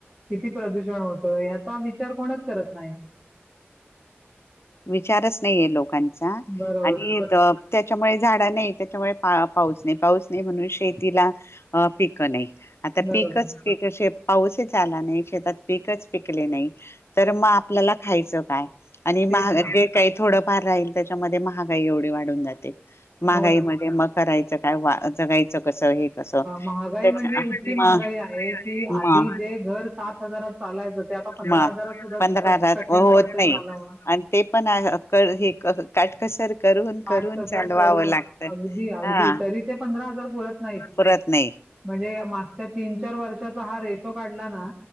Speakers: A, on the right; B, on the left.
A: किती प्रदूषण होतं याचा विचार कोणच करत नाही.
B: विचारच नाही आहे लोकांचा
A: बरोबर
B: आणि
A: ब-
B: त्याच्यामुळे झाड नाही त्याच्यामुळे पाऊस नाही पाऊस नाही म्हणून शेतीला पिक नाही. आता
A: बरोबर
B: पीकचे पाऊसच आला नाही शेतात पीकच पिकले नाही तर मग आपल्याला खायचं काय?
A: तेच
B: महागे
A: ना
B: काही थोडं. फार राहील त्याच्यामध्ये महागाई एवढी वाढून जाते. मगाईमध्ये
A: हो ना
B: मकरयच. काय जगायचं. कसं हे कसं
A: महागाई
B: त्याच्या
A: म्हणजे इतकी
B: म
A: महागाई आहे की, आधी
B: म
A: जे घर सात हजारात चालायचं ते आता पंधरा
B: म
A: हजारात सुद्धा
B: पंधरा
A: कठीण
B: होत
A: पडतय
B: नाही
A: चालवण.
B: आणि ते पण हे काटकसर. करून करून
A: आठ हजार
B: चालवावं
A: करून
B: लागतं
A: अगदी अगदी
B: हा
A: तरी ते पंधरा हजार पुरत नाहीत.
B: पुरत नाही
A: म्हणजे मागच्या तीन चार वर्षाचा हा रेश तो काढला ना.